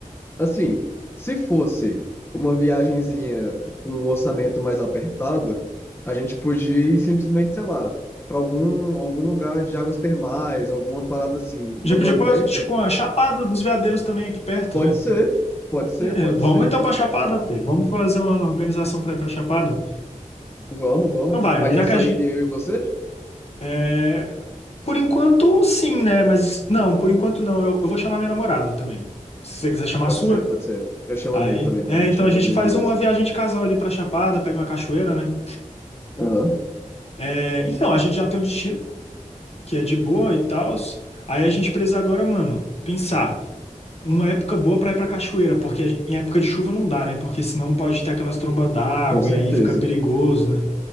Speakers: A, on the left (about 20°); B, on the left (about 50°).
A: Assim, se fosse uma viagenzinha com um orçamento mais apertado, a gente podia ir simplesmente, sei lá, pra algum, algum lugar de águas termais, alguma parada assim, no
B: Já podia
A: Nordeste.
B: pôr, tipo, a Chapada dos Veadeiros também aqui perto,
A: Pode
B: né?
A: ser, pode ser,
B: É,
A: pode
B: vamos
A: ser.
B: então pra Chapada, pô. Vamos fazer uma organização pra ir pra Chapada.
A: Vamos, vamos.
B: Então vai,
A: Mas
B: ó. Já
A: aí
B: que
A: só
B: a gente.
A: iria eu e você?
B: é, Por enquanto, sim, né? Mas não, por enquanto não. Eu, eu vou chamar minha namorada também. Se você quiser chamar
A: Pode
B: a sua.
A: ser, pode ser. Eu chamo
B: Aí.
A: a minha também
B: É,
A: pra gente
B: então
A: ir
B: a gente
A: todo mundo
B: faz
A: junto.
B: uma viagem de casal ali pra Chapada, pega uma cachoeira, né?
A: Aham,
B: É, então, a gente já tem um destino, que é de boa e tal. Aí a gente precisa agora, mano, pensar. Uma época boa pra ir pra cachoeira, porque em época de chuva não dá, né? Porque senão pode ter aquelas trombas d'água
A: com certeza.
B: e aí fica perigoso, né?